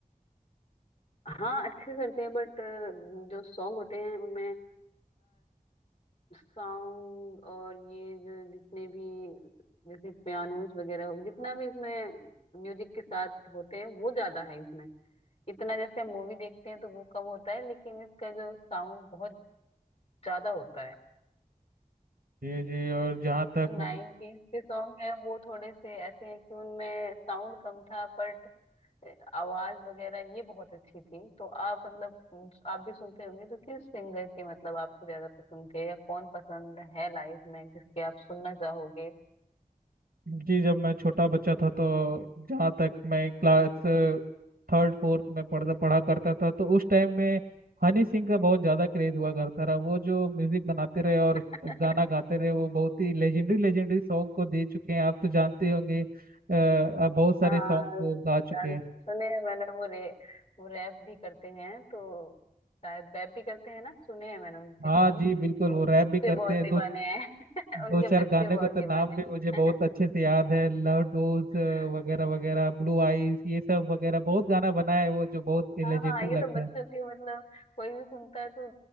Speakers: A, on the left (about 40°); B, on the right (about 75°).
A: हाँ अच्छे करते हैं बट जो सॉन्ग होते हैं उनमें साउंड और ये जो जितने भी जैसे पियानोस वगैरह हो जितना भी इसमें म्यूजिक के साथ होते हैं वो ज्यादा है इसमें इतना जैसे हम मूवी देखते हैं तो वो कम होता है लेकिन इसका जो साउंड बहुत ज्यादा होता है
B: जी जी और जहाँ तक
A: जो नाइनटीज के सॉन्ग है वो थोड़े से ऐसे है कि उनमें साउंड कम था बट ए, आवाज वगैरह ये बहुत अच्छी थी तो आप मतलब उम, आप भी सुनते होंगे तो किस सिंगर की मतलब आपको ज्यादा पसंद थे या कौन पसंद है लाइफ में जिसके आप सुनना चाहोगे
B: जी जब मैं छोटा बच्चा था तो जहाँ तक मैं क्लास थर्ड फोर्थ में पढ़ता पढ़ा करता था तो उस टाइम में हनी सिंह का बहुत ज़्यादा क्रेज हुआ करता रहा वो जो म्यूजिक बनाते रहे और
A: <laughs>
B: गाना गाते रहे वो बहुत ही लेजेंडरी लेजेंडरी सॉन्ग को दे चुके हैं आप तो जानते होंगे अ, आप बहुत सारे
A: हाँ
B: सॉन्ग को गा चुके
A: गान
B: हैं
A: सुने हैं मैंने वो रे वो रैप भी करते हैं तो शायद रैप भी करते हैं ना सुने हैं मैंने उनके
B: हाँ
A: सॉन्ग
B: जी बिल्कुल वो
A: उनके
B: रैप
A: बच्चे
B: भी करते
A: बहुत
B: हैं
A: दीवाने
B: दो
A: हैं <laughs> उनके
B: दो चार
A: बच्चे
B: गाने
A: बहुत
B: का तो
A: दीवाने
B: नाम भी मुझे बहुत
A: हैं
B: अच्छे से याद है लव डोज
A: <laughs>
B: वगैरह वगैरह ब्लू आईज ये सब वगैरह बहुत गाना बना है वो जो बहुत
A: हाँ
B: लेजेंडरी
A: हाँ ये
B: लगता
A: तो बच्चों
B: है
A: के मतलब कोई भी सुनता है तो